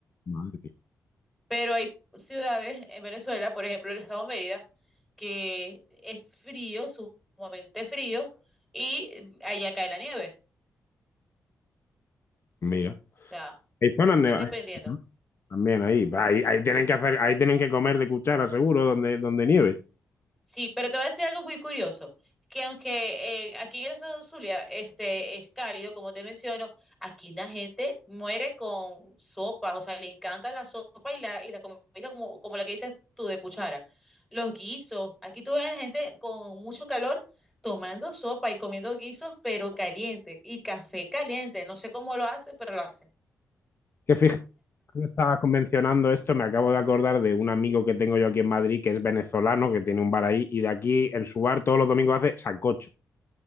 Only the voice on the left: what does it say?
Madre mía.
Mira.
Hay zonas nevadas
¿no? también ahí. ahí. Ahí tienen que hacer, ahí tienen que comer de cuchara, seguro, donde, donde nieve.
Que fíjate que estaba convencionando esto, me acabo de acordar de un amigo que tengo yo aquí en Madrid, que es venezolano, que tiene un bar ahí, y de aquí en su bar todos los domingos hace sancocho.